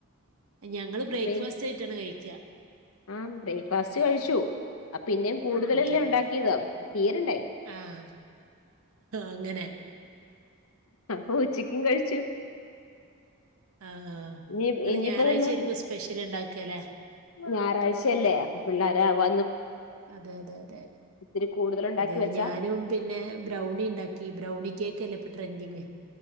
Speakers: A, on the right; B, on the left.
A: ഞങ്ങള് ബ്രേക്ക്ഫാസ്റ്റ്
B: അപ്പൊ ഈ-
A: ആയിട്ടാണ് കഴിക്ക
B: ആ ബ്രേക്ക്ഫാസ്റ്റ് കഴിച്ചു. അപ്പൊ പിന്നെയും കൂടുതലല്ലേ
A: ഓക്കെ.
B: ഉണ്ടാക്കിയത്. തീരണ്ടേ.
A: ആഹ് അങ്ങനെ.
B: അപ്പൊ ഉച്ചയ്ക്കും കഴിച്ചു.
A: ആ ആ
B: ഇനി
A: നിങ്ങള്
B: ഇനിയിപ്പോ
A: ഞായറാഴ്ച
B: ഇതൊന്ന്
A: ആയിരിക്കും സ്പെഷ്യല് ഉണ്ടാക്ക അല്ലേ.
B: ഞായറാഴ്ചയല്ലേ അപ്പൊ പിള്ളോരാ വ
A: അതെ അതെ അതെ
B: ഇത്തിരി കൂടുതൽ ഉണ്ടാക്കി
A: അതെ അതെ
B: വെച്ചാ
A: ഞാനും പിന്നെ ബ്രൗണി ണ്ടാക്കി. ബ്രൗണി കേക്കല്ലെ ഇപ്പ ട്രൻഡിങ്